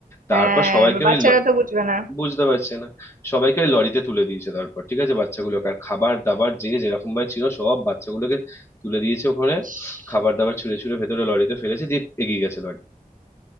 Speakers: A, on the left; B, on the right.
A: তারপর
B: হ্যাঁ
A: সবাইকে
B: এবার বাচ্চারা
A: ওই
B: তো বুঝবে না
A: বুঝতে পারছে না সবাইকে ওই লরিতে তুলে দিয়েছে তারপর ঠিক আছে বাচ্চাগুলোকে আর খাবার দাবার যে যেরকম ভাবে ছিল সব বাচ্চাগুলোকে তুলে দিয়েছে ওখানে
B: ইস,
A: খাবার দাবার ছুঁড়ে ছুঁড়ে ভেতরে লরিতে ফেলেছে দিয়ে এগিয়ে গেছে লরি